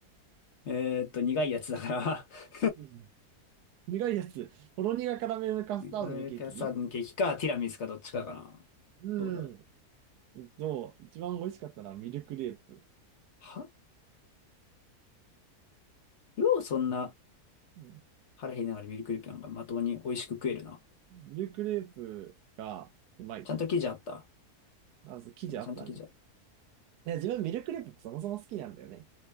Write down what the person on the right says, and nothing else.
うん苦いやつ。ほろ苦カラメルカスタードのケーキ
うん。
どう一番美味しかったのはミルクレープ。
うん
ミルクレープがうまいと思った。
あ、そう生地あったね。
いや、自分ミルクレープがそもそも好きなんだよね。